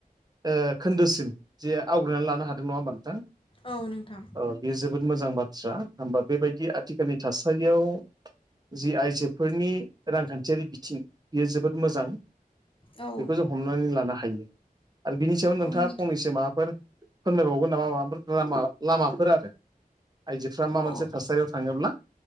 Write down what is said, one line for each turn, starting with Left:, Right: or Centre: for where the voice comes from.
Right: ओ खोन्दोसिम जे आवग्रिनानै लानो हादों नङा होमबा नोंथां?
Left: औ नोंथां।
Right: ओ बेयो जोबोद मोजां बाथ्रा होनबा बेबायदि आथिखालनि थासारियाव जि आइजो फोरनि रांखान्थियारि बिथिं बियो जोबोद मोजां
Left: औ
Right: बेखौ जों हमनानै लानो हा यो आरो बिनि सायाव
Left: औ
Right: नोंथाङा
Left: नोंथां
Right: फंनैसो माबाफोर फोरमायबावगोन नामा? माबा फोर लामा लामाफोर आरो। आइजोफ्रा मा मोनसे
Left: औ
Right: थासारियाव थाङोब्ला